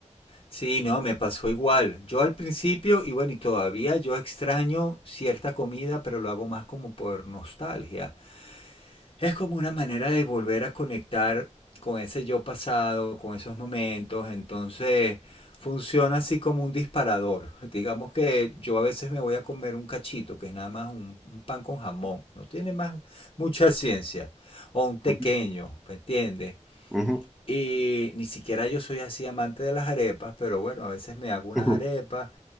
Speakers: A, on the left; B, in the centre.
A: Sí, no, me pasó igual. Yo al principio, y bueno, y todavía yo extraño cierta comida, pero lo hago más como por nostalgia. Es como una manera de volver a conectar con ese yo pasado, con esos momentos. Entonces, funciona así como un disparador. <laughs> Digamos que yo a veces me voy a comer un cachito, que es nada más un, un pan con jamón. No tiene más mucha ciencia. O un tequeño,
B: Ujú,
A: ¿me entiendes?
B: ujú,
A: Y ni siquiera yo soy así amante de las arepas, pero bueno, a veces me hago unas
B: ujú.
A: arepas